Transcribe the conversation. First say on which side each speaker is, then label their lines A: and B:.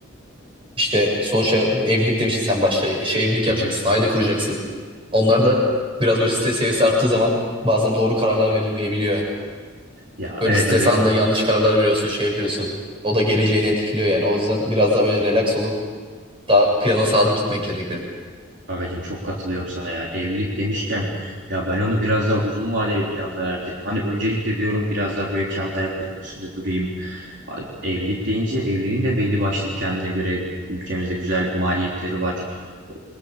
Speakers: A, on the right (about 25°); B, on the right (about 60°).
A: İşte sonuçta evlilik demiştin sen başta. İşte evlilik
B: Hı
A: yapacaksın,
B: hı.
A: aile kuracaksın. Onlar da biraz böyle stres seviyesi arttığı zaman bazen doğru kararlar verilmeyebiliyor.
B: Ya
A: Böyle
B: evet
A: stres
B: agacım.
A: anında yanlış kararlar veriyorsun, şey yapıyorsun. O da geleceğini etkiliyor yani. O yüzden biraz daha böyle relax olup daha plana sadık gitmek gerekiyor.
B: Agacığım çok katılıyorum sana ya. Evlilik demişken ya ben onu biraz daha uzun vadeli planlara erteledim. Hani öncelikle diyorum biraz daha böyle kendi ayaklarımın üstünde durayım. Ha, Evlilik deyince evliliğin de belli başlı bir kendine göre ülkemizde güzel maliyetleri var. E,